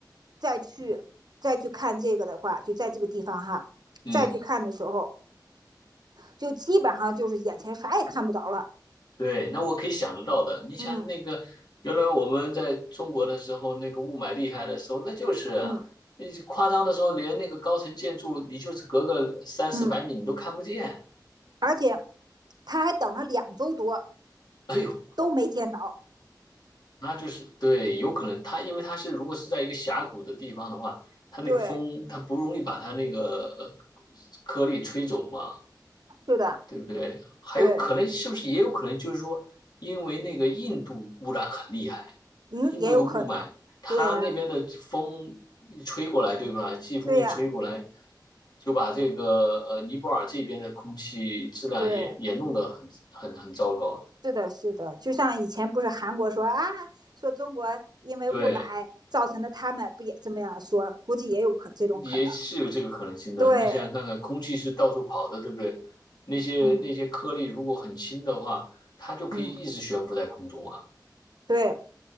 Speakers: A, on the right; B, on the left.
A: 再去再去看这个的话，就在这个地方哈，
B: 嗯。
A: 再去看的时候，就基本上就是眼前啥也看不着了。
B: 对，那我可以想得到的。你想那个，
A: 嗯
B: 原来我们在中国的时候，那个雾霾厉害的时候，那就是啊那是夸张的时候，
A: 嗯
B: 连那个高层建筑，你就是隔个三四百米你都看不见。
A: 嗯，
B: <laughs>
A: 而且他还等了两周多
B: 哎呦，
A: 都没见到。
B: 那就是对，有可能它因为它是如果是在一个峡谷的地方的话，它那个风它不容易把它那个呃
A: 对，
B: 颗粒吹走嘛。
A: 是的，
B: 对不对？还有可能是不是也有可能就是说，
A: 对，
B: 因为那个印度污染很厉害，
A: 嗯，
B: 印度的雾霾，
A: 也有可能。
B: 它那边的风一吹过来，
A: 对呀、
B: 对吧？季风一吹过来，
A: 对呀、
B: 就把这个呃尼泊尔这边的空气质量也也弄得很很很糟糕。
A: 对，是的，是的，就像以前不是韩国说啊，说中国因为雾霾造成的，
B: 对，
A: 他们不也这么样说？估计也有可这种可能。
B: 也是有这个可能性的。
A: 对，
B: 你想看看，空气是到处跑的，对不对？那些那些颗粒如果很轻的话，
A: 嗯。
B: 它就可以一直悬浮在空中啊。
A: 嗯，对，